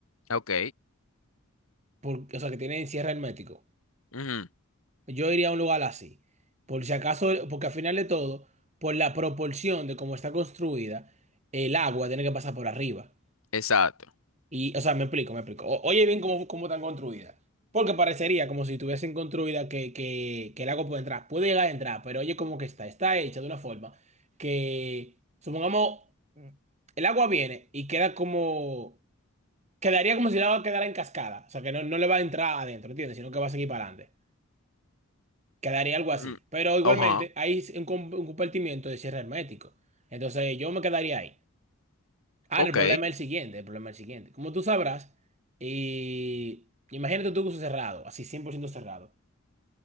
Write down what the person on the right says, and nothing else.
Por- o sea, que tienen cierre hermético.
Yo iría a un lugar así. Por si acaso, porque al final de todo, por la proporción de cómo está construida, el agua tiene que pasar por arriba.
Y, o sea, me explico, me explico. O- oye bien cómo, cómo están construidas. Porque parecería como si tuviesen construida que, que, que el agua puede entrar. Puede llegar a entrar, pero oye cómo que está. Está hecha de una forma que, supongamos, el agua viene y queda como Quedaría como si el agua quedara en cascada. O sea, que no, no le va a entrar adentro, ¿entiendes? Sino que va a seguir para adelante. Quedaría algo
así. Pero igualmente,
hay un, com- un compartimiento de cierre hermético. Entonces, yo me quedaría ahí. ah
el problema es el siguiente. El problema es el siguiente. Como tú sabrás, y imagínate tú que uso cerrado, así 100% cerrado.